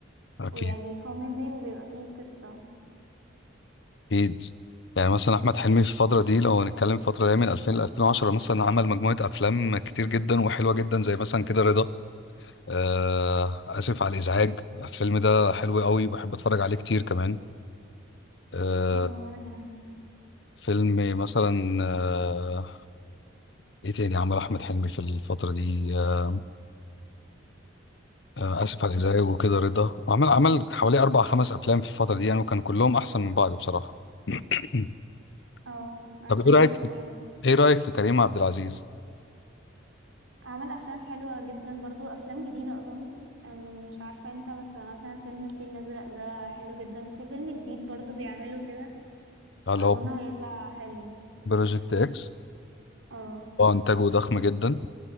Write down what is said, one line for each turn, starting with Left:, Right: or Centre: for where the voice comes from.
Left: أكيد
Right: ويعني كوميدي وبيبقى فيه قصة
Left: اكيد يعني مثلا احمد حلمي في الفتره دي لو هنتكلم الفتره اللي هي من 2000 ل 2010 مثلا عمل مجموعه افلام كتير جدا وحلوه جدا زي مثلا كده رضا آه اسف على الازعاج الفيلم ده حلو قوي بحب اتفرج عليه كتير كمان آه
Right: اه وانا كمان
Left: فيلم مثلا آه ايه تاني عمل احمد حلمي في الفتره دي آه آه اسف على الازعاج وكده رضا وعمل عمل حوالي اربع خمس افلام في الفتره دي يعني وكان كلهم احسن من بعض بصراحه <clears throat>
Right: اه انا
Left: طب
Right: شايفة
Left: ايه رايك
Right: كده برضو
Left: ايه رايك في كريم عبد العزيز
Right: عمل افلام حلوه جدا برضو افلام جديده اظن أم، مش عارفه امتى بس مثلا فيلم الفيل الازرق ده حلو جدا في فيلم جديد برضو بيعمله كده
Left: اللي
Right: اظن
Left: هو
Right: هيطلع حلو
Left: بروجكت اكس
Right: اه
Left: هو انتاجه ضخم جدا